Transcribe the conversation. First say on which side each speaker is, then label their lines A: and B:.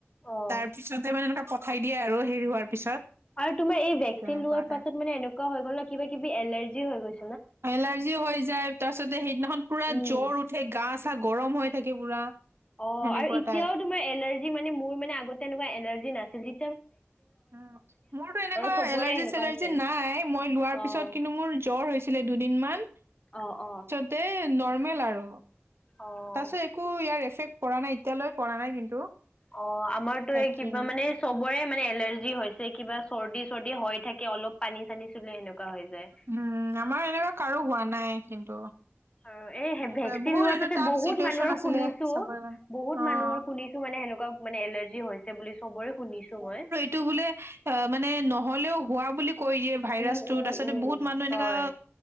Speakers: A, on the left (about 25°); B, on the right (about 65°).
A: অ'
B: তাৰ পিছতে মানে এনেকা পঠাই দিয়ে আৰু হেৰি হোৱাৰ পিছত।
A: আৰু তোমাৰ এ ভেকচিন
B: তেনেকুৱা
A: লোৱাৰ
B: টাইপ
A: পাছত মানে এনেকুৱা হৈ গল ন কিবা কিনি এলাৰ্জি হৈ‌ গৈ।
B: এলাৰ্জি হৈ যায় তাৰপিছতে সেইদিনাখন পুৰা
A: উম
B: জ্বৰ উঠে গা চা গৰম হৈ থাকে পুৰা।
A: অ,
B: সেনেকুৱা
A: আৰু এতিয়াও
B: টাইপ।
A: তোমাৰ এলাৰ্জি মানে মোৰ মানে আগতে এনেকুৱা এলাৰ্জি নাছিল যি।
B: উম মোৰটো এনেকুৱা
A: চবৰে
B: এলাৰ্জি
A: সেনেকুৱা
B: চেলাৰ্জি
A: হৈছে।
B: নাই মই লোৱাৰ
A: অ'
B: পিছত কিন্তু মোৰ জ্বৰ হৈ। ছিলে দুদিনমান।
A: অ, অ,।
B: তেই, নৰ্মেল আৰু
A: অ'
B: তাৰপিছত এই। একো ইয়াৰ এফেক্ট পৰা নাই এতিয়ালৈ পৰা নাই কিন্তু।
A: অহ আমাৰতো
B: বাকী
A: এই কিবা মানে। চবৰে মানে এলাৰ্জি হৈছে কিবা চৰ্দি চৰ্দি হৈ থাকে অলপ পানী চানী। চুলে সেনেকুৱা হৈ যায়।
B: উম, আমাৰ এনেকুৱা কাৰো হোৱা নাই কিন্তু।
A: অহ, এই
B: সেনেকুৱাই
A: হে ভেকচিন
B: বহুত
A: লোৱাৰ
B: এইটো
A: পিছত
B: টাফ
A: বহুত
B: চিটুৱেচন
A: মানুহৰ
B: আছিলে
A: শুনিছো
B: চবৰে কাৰণে।
A: বহুত
B: অ'।
A: মানুহৰ শুনি। ছো মানে সেনেকুৱা মানে এলাৰ্জি হৈছে বুলি চবৰে শুনিছো মই।
B: তো বোলে অহ, মানে নহ'লেও হোৱা বুলি কৈ দিয়ে। ভাইৰাছটো
A: উম উম
B: তাৰ পিছতে
A: উম
B: বহুত মানুহ এনেকা
A: হয়